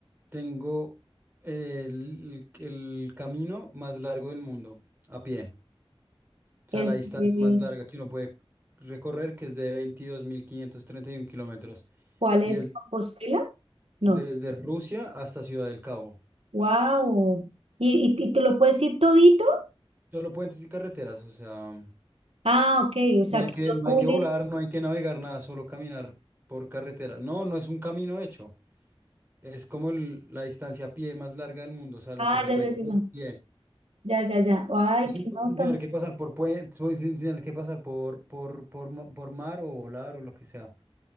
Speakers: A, on the right (about 20°); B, on the right (about 75°).
A: Tengo eh, el, el camino más largo del mundo, a pie. O
B: El,
A: sea, la distancia
B: de-
A: más larga que uno puede recorrer, que es de 22.531 kilómetros.
B: ¿cuál
A: Y
B: es
A: es...
B: Compostela? No.
A: Desde Rusia hasta Ciudad del Cabo.
B: Wow. ¿Y, y, y te lo puedes ir todito?
A: Solo puentes y carreteras, o sea,
B: Ah, ok, o sea
A: no hay
B: que
A: que,
B: todo
A: no
B: une.
A: hay que volar, no hay que navegar nada, solo caminar por carretera. No, no es un camino hecho. Es como el- la distancia a pie más larga del mundo, o sea, lo
B: Ah,
A: que se
B: ya,
A: puede
B: ya,
A: caminar
B: ya, no.
A: a pie.
B: ya, ya, ya. Ay,
A: Pues
B: qué
A: Sin,
B: nota.
A: sin tener que pasar por puentes, sin tener que pasar por, por, por, mo- por mar o volar o lo que sea.